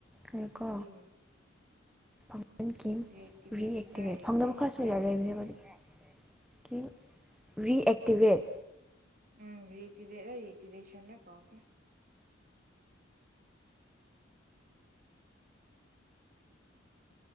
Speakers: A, in the centre; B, on the right (about 40°).
A: ꯂꯩꯀꯣ
B: ꯀꯤꯝ
A: ꯐꯪꯁꯟ ꯀꯤꯝ
B: ꯔꯤꯑꯦꯛꯇꯤꯚꯦꯠꯔ
A: ꯔꯤꯑꯛꯇꯤꯚꯦꯠ
B: ꯔꯤꯑꯦꯛꯇꯤꯚꯦꯁꯟꯔ
A: ꯐꯪꯗꯕ ꯈꯔꯁꯨ ꯂꯩꯕꯅꯦꯕ
B: ꯑꯃ ꯂꯩꯕꯅꯦ
A: ꯑꯗꯨꯒꯤ ꯔꯤꯑꯦꯛꯇꯤꯚꯦꯠ
B: ꯎꯝ ꯔꯔꯤꯑꯦꯛꯇꯤꯚꯦꯠꯔ ꯔꯤꯑꯛꯇꯤꯚꯦꯁꯟꯔ ꯀꯥꯎꯈ꯭ꯔꯦ